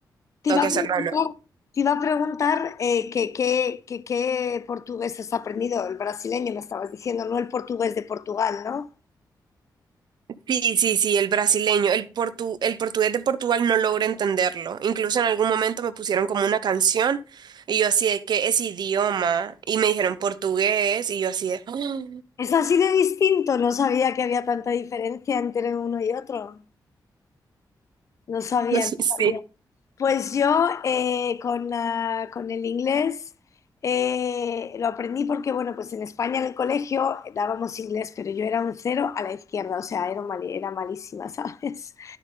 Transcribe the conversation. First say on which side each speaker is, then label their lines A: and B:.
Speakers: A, on the left; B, on the right.
A: Te
B: tengo
A: iba
B: que
A: a
B: hacerlo.
A: preguntar, te iba a preguntar eh, qué, qué, qué- qué portugués has aprendido. El brasileño me estabas diciendo, no el portugués de Portugal, ¿no?
B: Sí, sí, sí, el brasileño, el portu, el portugués de Portugal no logro entenderlo. Incluso en algún momento me pusieron como una canción y yo así de, ¿qué es idioma? Y me dijeron portugués y yo así de, <laughs> <gasps> "Ah".
A: Es así de distinto. No sabía que había tanta diferencia entre uno y otro. No sabía,
B: Sí,
A: no sabía. Pues yo eh, con, ah, con el inglés eh, lo aprendí porque, bueno, pues en España en el colegio dábamos inglés, pero yo era un cero a la izquierda, o sea, era, mal- era malísima, <laughs> ¿sabes?